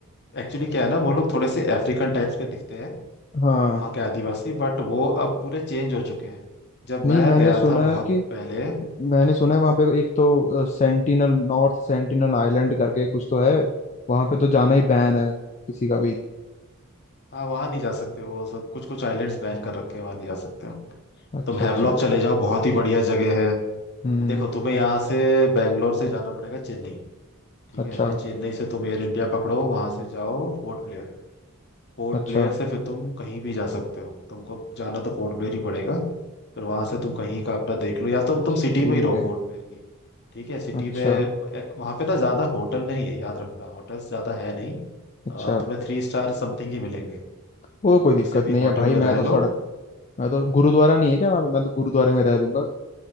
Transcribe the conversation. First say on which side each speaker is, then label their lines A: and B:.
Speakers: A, on the left; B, on the left.
A: एक्चुअली क्या है ना वो लोग थोड़े से अफ्रीकन टाइप्स के दिखते हैं
B: हाँ
A: वहाँ के आदिवासी बट वो अब पूरे चेंज हो चुके हैं जब
B: नहीं
A: मैं
B: मैंने
A: गया
B: सुना
A: था बहुत
B: है कि
A: पहले हम्म,
B: मैंने सुना है वहाँ पे एक तो सेंटिनल नॉर्थ सेंटिनल आइलैंड करके कुछ तो है वहाँ पे तो जाना ही बैन है किसी का भी
A: हाँ वहां नहीं जा सकते वो सब कुछ कुछ आइलैंड्स बैन कर रखे हैं वहां नहीं जा सकते हो
B: अच्छा
A: तुम हैवलॉक
B: अच्छा
A: चले जाओ बहुत ही बढ़िया जगह है
B: हम्म
A: देखो तुम्हें यहाँ से बैंगलोर से जाना पड़ेगा चेन्नई ठीक
B: अच्छा
A: है फिर चेन्नई से तुम एयर इंडिया पकड़ो वहां से जाओ पोर्ट ब्लेयर पोर्ट
B: अच्छा
A: ब्लेयर से फिर तुम कहीं भी जा सकते हो तुमको जाना तो पोर्ट ब्लेयर ही पड़ेगा फिर वहां से तुम कहीं का अपना देख लो या तो तुम सिटी
B: ठीक
A: में ही रहो
B: है
A: पोर्ट ब्लेयर की ठीक है सिटी
B: अच्छा
A: में एक, वहां पे ना ज्यादा होटल नहीं है याद रखना होटल्स ज्यादा है नहीं
B: अच्छा
A: अ, तुम्हें थ्री स्टार समथिंग ही मिलेंगे
B: वो
A: तो
B: कोई
A: कोई
B: दिक्कत
A: से भी
B: नहीं है
A: होटल
B: भाई
A: में रह
B: मैं तो
A: लो
B: सड़क मैं तो
A: हम्म।
B: गुरुद्वारा नहीं है क्या वहाँ पे मैं तो गुरुद्वारे में रह दूंगा